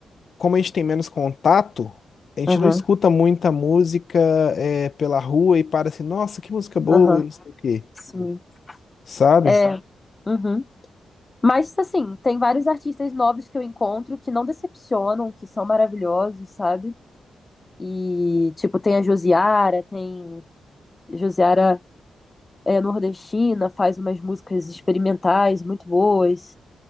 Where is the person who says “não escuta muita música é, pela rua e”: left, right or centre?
Left